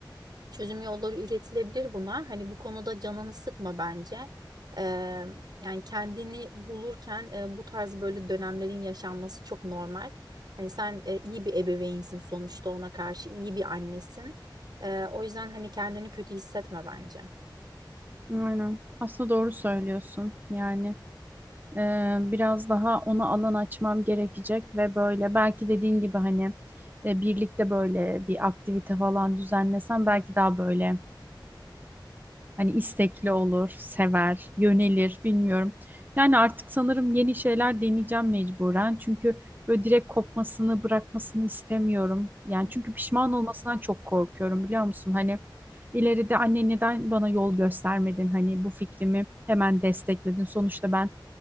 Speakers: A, on the right; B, on the right.
A: çözüm yolları üretilebilir buna. Hani bu konuda canını sıkma bence. E, yani kendini bulurken e, bu tarz böyle dönemlerin yaşanması çok normal. Hani sen e, iyi bir ebeveynsin sonuçta ona karşı iyi bir annesin. E, o yüzden hani kendini kötü hissetme bence.
B: Aynen. Aslında doğru söylüyorsun. Yani e, biraz daha ona alan açmam gerekecek ve böyle belki dediğin gibi hani e, birlikte böyle bir aktivite falan düzenlesem belki daha böyle Hani istekli olur, sever, yönelir, bilmiyorum. Yani artık sanırım yeni şeyler deneyeceğim mecburen. Çünkü böyle direkt kopmasını, bırakmasını istemiyorum. Yani
A: Hı
B: çünkü pişman olmasından çok korkuyorum biliyor musun? Hani ileride anne neden bana yol göstermedin? Hani bu fikrimi hemen destekledin. Sonuçta ben